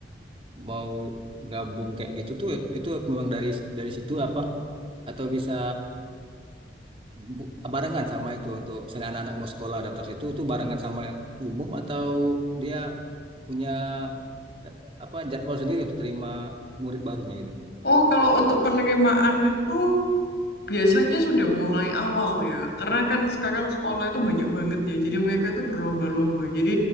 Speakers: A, on the right (about 30°); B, on the left (about 60°).
A: mau gabung kayak gitu tuh itu memang dari dari situ apa atau bisa bu- barengan sama itu untuk misalnya anak-anak mau sekolah daftar situ tuh barengan sama yang umum atau dia punya eh, apa jadwal sendiri untuk terima murid barunya
B: Oh kalau untuk penerimaan itu biasanya sudah mulai awal ya. Karena kan sekarang sekolah itu banyak banget ya. Jadi mereka itu berlomba-lomba. Jadi